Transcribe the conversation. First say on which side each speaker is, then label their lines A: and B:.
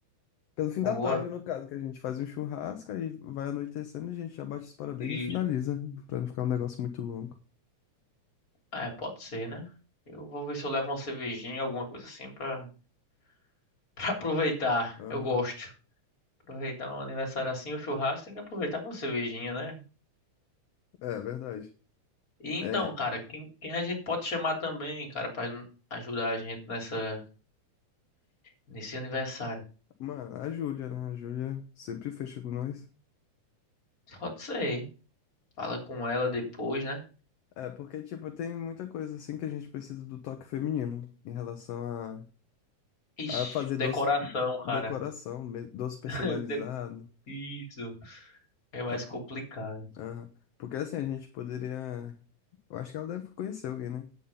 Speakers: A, on the left; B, on the left.
A: Pelo fim
B: Boa,
A: da tarde, no caso, que a gente faz um churrasco e vai anoitecendo, a gente já bate os parabéns
B: isso.
A: e finaliza, para não ficar um negócio muito longo.
B: Ah, É, pode ser, né? Eu vou ver se eu levo uma cervejinha, alguma coisa assim pra, <laughs> pra aproveitar.
A: Aham.
B: Eu gosto. Aproveitar um aniversário assim, um churrasco, tem que aproveitar com uma cervejinha, né?
A: É, verdade.
B: E então,
A: É,
B: cara, quem, quem a gente pode chamar também, cara, pra ajudar a gente nessa, nesse aniversário?
A: mano, a Júlia, né? A Júlia sempre fecha com nós.
B: Pode ser. Fala com ela depois, né?
A: É, porque, tipo, tem muita coisa assim que a gente precisa do toque feminino em relação a,
B: Ixi,
A: a fazer
B: decoração,
A: doce,
B: cara.
A: decoração, me- doce personalizado.
B: <laughs> De- Isso. É mais
A: É,
B: complicado.
A: Aham. Porque assim, a gente poderia. Eu acho que ela deve conhecer alguém, né?